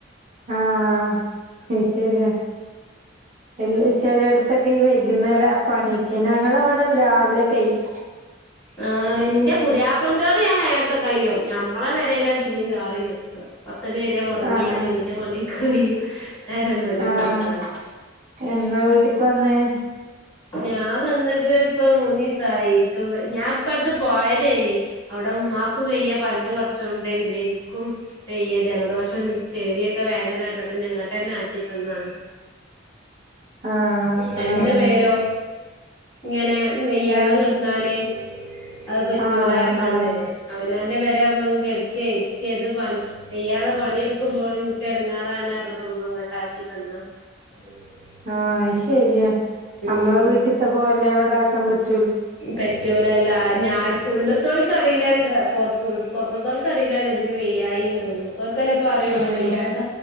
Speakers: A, on the right; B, on the left.
A: ആഹ് അത് ശരിയാ എല്ല്- ചിലയിടത്തൊക്കെ ഈ വൈകുന്നേരം ആ പണിയൊക്കെ ഞങ്ങളെവിടെ രാവിലെക്കയ്യും.
B: ആ ന്റെപുതിയാ- പന്റോടെ ഞാൻ നേരത്തെ കയിയും ഞമ്മളെ പെരേലാ പിന്നെയും താറി നിക്കാ പത്തണിവരെ ഉറങ്ങിയാല്
A: ആഹ്
B: പിന്നെ പണിട്ക്കാൻ കയിയൊ? നേരം <unintelligible>
A: ആഹ്
B: കടക്കാണ്.
A: ആഹ് എന്നാ വീട്ടിക്ക് വന്നേ
B: ഞാൻ വന്നിട്ട് ഇപ്പ മൂന്നിസായി. ഞാൻ ഇപ്പടുത്ത് പോയതേനി അവിടെ ഉമ്മാക്കും വയ്യ പല്ല് പറിച്ചോണ്ട് പിന്നെ ഇൻക്കും- വയ്യ ജലദോഷം ചെവിയൊക്കെ വേദന എടു പിന്നെ ഇങ്ങോട്ടന്നെ ആക്കി തന്നാണ്.
A: ആഹ്
B: രണ്ട്
A: ആഹ്
B: പേരോ ഇങ്ങനെ വയ്യാതെ
A: ഏഹ്
B: കിടന്നാല് അത് പറ്റൂലറഞ്ഞാണ്ട്.
A: ആഹ് ആഹ്
B: അവനാന്റെ പെരാവുമ്പമ്മക്ക് കെടക്കെ ഇരിക്കേ ഇത് പ വെയ്യാതെ പണിട്ക്കുമ്പോൾ ഇൻക്ക് എടങ്ങാറാണ <unintelligible> ഇമ്മ ഇങ്ങട്ടാക്കി തന്ന <inaudible>
A: ആഹ്ശരിയാ നമ്മളെ
B: ഉം
A: വീട്ട്ത്തെ പോലെ അവടെ ആക്കാൻ പറ്റ
B: കറ്റൂലല്ലാ ഞാര് ഉള്ള്തോൽക്കറിയില്ലൽ പൊറത്ത്പൊറത്തത്തോൽ ഇക്കറിയില്ലല്ലോ ഇതിന് വെയ്യായീന്ന് ഉള്ള്തോക്കല്ലേപ്പ അറിയുള്ളൂ
A: ആഹ്
B: വയ്യാത